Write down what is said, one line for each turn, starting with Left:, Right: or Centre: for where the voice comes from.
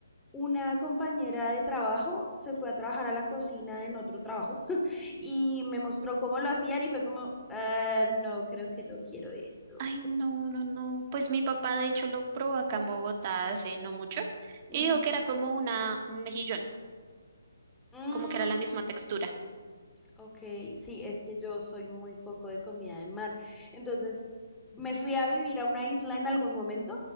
Centre: una compañera de trabajo se fue a trabajar a la cocina en otro trabajo y me mostró cómo lo hacían y fue como, "Ah, no, creo que no quiero eso.
Right: Ay, no, no, no. Pues mi papá de hecho lo probó acá en Bogotá hace no mucho
Centre: Ujú.
Right: y dijo que era como una, un mejillón,
Centre: Mm,
Right: como que era la misma textura.
Centre: ok, sí, es que yo soy muy poco de comida de mar. Entonces, me fui a vivir a una isla en algún momento,